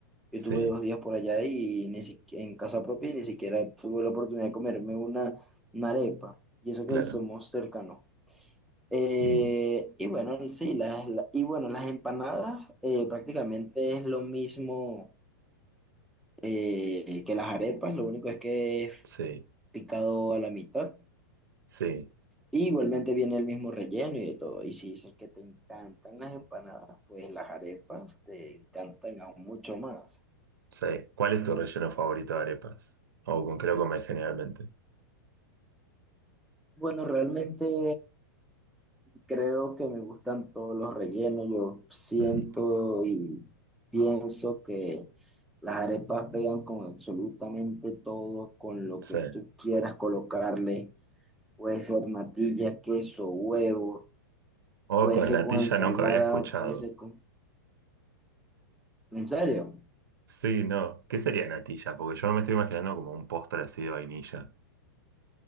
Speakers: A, in the centre; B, on the right (about 85°).
A: Yo
B: Sí,
A: tuve dos días por allá y ni si- en casa propia y ni siquiera tuve la oportunidad de comerme una, una arepa. Y eso
B: claro.
A: que somos cercanos. Eh,
B: Mm,
A: y bueno, sí, las, la- y bueno, las empanadas eh, prácticamente es lo mismo eh, que las arepas, lo único es que es
B: Sí,
A: picado a la mitad.
B: sí,
A: Y igualmente viene el mismo relleno y de todo. Y si dices que te encantan las empanadas, pues las arepas te encantan aún mucho más.
B: sí. ¿Cuál es tu relleno favorito de arepas? ¿O con qué lo comes generalmente?
A: Bueno, realmente Creo que me gustan todos los rellenos. Yo siento
B: Ujú.
A: y pienso que las arepas pegan con absolutamente todo, con lo
B: Sí.
A: que tú quieras colocarle. Puede ser natilla, queso, huevo,
B: O
A: puede
B: con
A: ser
B: natilla
A: con ensalada,
B: nunca había escuchado.
A: puede ser con... ¿En serio?
B: Sí, no. ¿Qué sería natilla? Porque yo me estoy imaginando como un postre así de vainilla.